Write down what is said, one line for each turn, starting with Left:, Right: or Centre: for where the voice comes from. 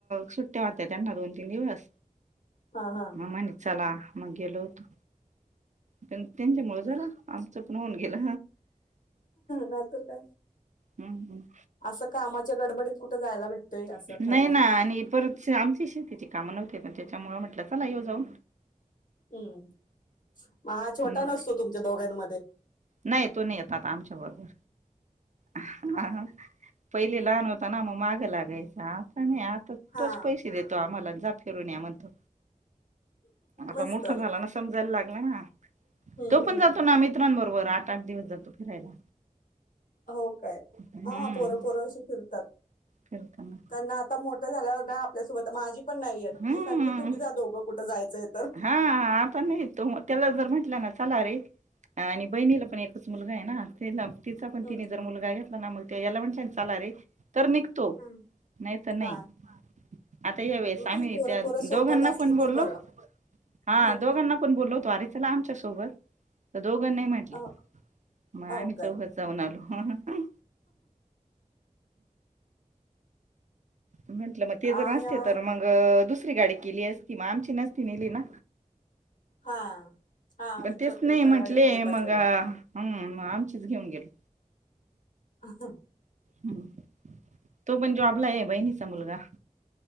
Right: सुट्ट्या वाहत्या त्यांना दोन तीन दिवस
Left: हा हा
Right: मग मनी चला मग गेलो होतो पण त्यांच्यामुळं झालं आमचं पण होऊन गेला
Left: नायतर काय
Right: हम् हम्
Left: असं कामाच्या गडबडीत कुठं जायला भेटतय असं ठरवून
Right: नाही ना आणि परत आमची शेतीची काम न पण त्याच्यामुळं म्हटलं चला येऊ जाऊन
Left: हम्म मग हा छोटा
Right: हम्
Left: नसतो तुमच्या दोघांमध्ये.
Right: नाही तो नाही येत आता आमच्या बरोबर हा पहिले लहान होताना आम मागं लागायच आता नाही आता
Left: हा
Right: तोच पैशे देतो आम्हाला फिरण्या मंतो आता
Left: मस्त
Right: मोठा झाला ना समजायला लागला ना
Left: हम्म
Right: तो
Left: हम्म
Right: पण जातो ना मित्रांबरोबर आठ आठ दिवस जातो फिरायला
Left: हो काय
Right: हम्म
Left: हा पोरं पोरं अशी फिरतात
Right: फिरताना
Left: त्यांना आता मोठं झाल्यावर नाही आपल्यासोबत माझी पण नाहीय ती
Right: हम्म
Left: सांगते तुम्ही जा दोघं कुठं जायचंय तर <inaudible>
Right: हा आपण ही येतो. त्याला जर म्हटलं चला रे, आणि बहिणीला पण एकच मुलगा आहे ना. तेन तिचा पण
Left: हम्म.
Right: तिने जर मुलगा घेतला ना, <unintelligible> म्हणलं चाला रे. तर निघतो.
Left: हम्म.
Right: नाही तर नाही.
Left: हा
Right: आता यावेळेस
Left: मग
Right: आम्ही
Left: तेच पोरं
Right: त्या
Left: पोरं सोबत
Right: दोघांना
Left: असली
Right: कोण बोललो.
Left: तर बरं
Right: हा
Left: हम्म.
Right: दोघांना पण बोलवतो आर चला आमच्या सोबत. दोघं नाही म्हटली.
Left: अहो
Right: मग आम्ही
Left: अहो
Right: चौघाचं
Left: काय
Right: जाऊन आलो. हं. म्हंटलं मग ते
Left: आम्ही
Right: तर असते
Left: आ,
Right: तर मंग दुसरी गाडी केली असती. मग आमची नसती नेली ना.
Left: हा हा
Right: मग तेच
Left: छोट
Right: नाही
Left: एका
Right: म्हटले,
Left: गाडीमध्ये
Right: मग
Left: बसले
Right: हम्म.
Left: ना
Right: मग, आमचीच घेऊन गेलो.
Left: अ हा.
Right: हम्म तो पण जॉब आहे. बहिणीचा मुलगा.